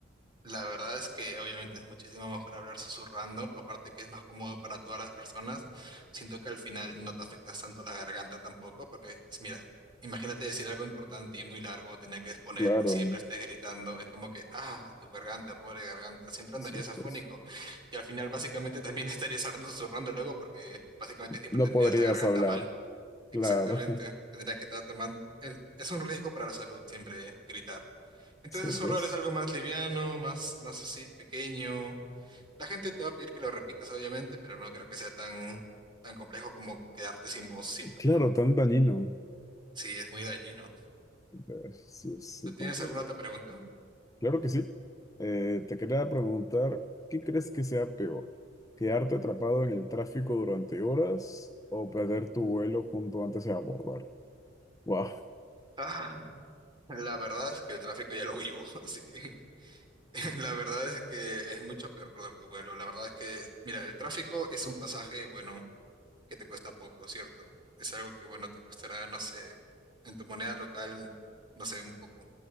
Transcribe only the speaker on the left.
Claro,
sí,
pues.
No
podrías
hablar.
Claro,
<laughs> sí, pues.
Claro,
tan dañino.
Eh, Sí, sí,
comprendo.
Claro que sí. Eh, te quería preguntar, ¿qué crees que sea peor? ¿Quedarte atrapado en el tráfico durante horas o perder tu vuelo junto antes de abordar? Wow.